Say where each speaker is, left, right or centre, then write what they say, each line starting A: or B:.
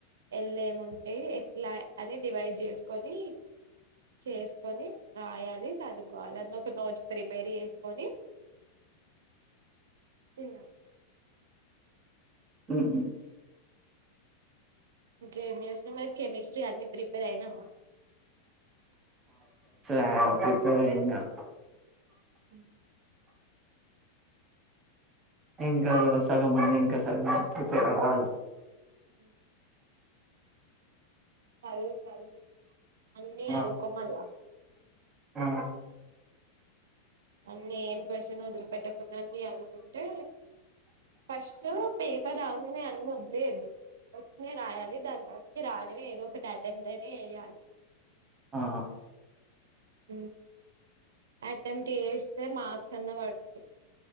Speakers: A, on the right (about 60°); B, on the right (about 25°).
A: వెళ్లేముంటాయి, ఎట్లా అని డివైడ్ చేసుకొని. చేసుకొని రాయాలి, సదువుకోవాలి. అందులోక్కట్ నోడ్ ప్రీపేర్ చేసుకొని ఇనా
B: ఉహ్ హు
A: ఇంకేం చేస్తున్నారు కెమిస్ట్ చ్ అన్ని ప్రిపేర్ అయినావా?
B: ఆ ప్రిపేర్ అయినా <inaudible>
A: అవునా
B: ఇంకా సగం ముంది ఇంకా సగం ప్రిపేర్ అవ్వాలి.
A: హుమ్ సదువు సదువు అన్నీ
B: ఆ
A: అదువుకోమల్ల
B: ఆ
A: అన్నీ ఏం క్వశ్చన్ వదిలిపెట్టకుండా ఆని చదువుకుంటే ఫస్ట్ పేపర్ రాంగానే అన్నవో లేదు వచ్చినయి రాయాలి దాని తర్వాత రాని ఏదోఒకటి అట్టేమేట్ అయితే చేయాలి.
B: ఆ
A: ఉమ్ అటెమేట్ చేస్తే మార్క్స్ అన్న పడతాయి.